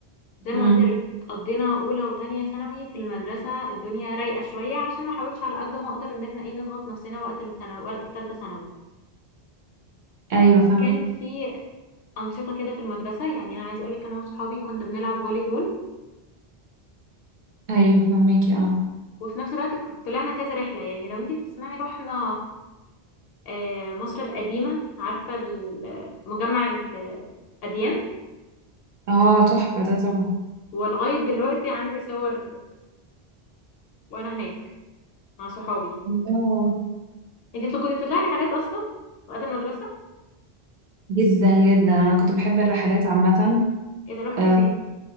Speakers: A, on the left; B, on the right.
A: زي ما
B: امم
A: قلت لك قضينا اولى وتانية ثانوي في المدرسه الدنيا رايقه شويه علشان ما احاولش على قد ما اقدر ان احنا ايه نضغط نفسنا وقت الثانوي وقت ثالثه ثانوي
B: ايوه فهمك
A: كان في انشطه كده في المدرسه يعني انا عايز اقول لك انا وصحابي كنا بنلعب فولي بول
B: ايوه فهماكي اه
A: وفي نفس الوقت ك- طلعنا كذا رحله يعني لو انت تسمعي رحنا آه، مصر القديمه عارفه ال- مجمع الاديان
B: اه تحفة ده طبعا
A: ولغايه دلوقتي عندي صور وانا هناك مع صحابي
B: اه
A: انت تل- كنت بتطلعي رحلات اصلا وقت المدرسه
B: جدا جدا انا كنت بحب الرحلات عامة
A: ايه ده روحتي
B: آه،
A: فين